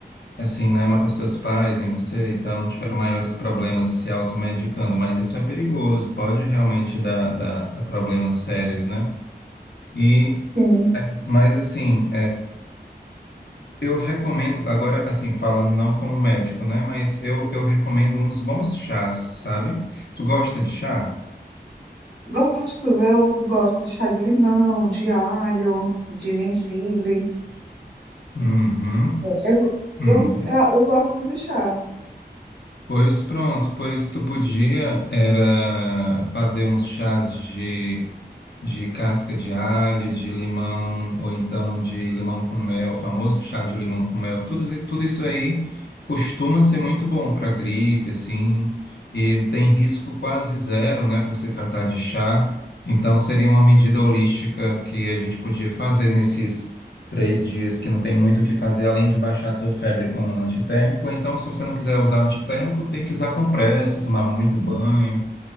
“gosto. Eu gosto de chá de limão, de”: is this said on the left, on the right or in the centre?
Right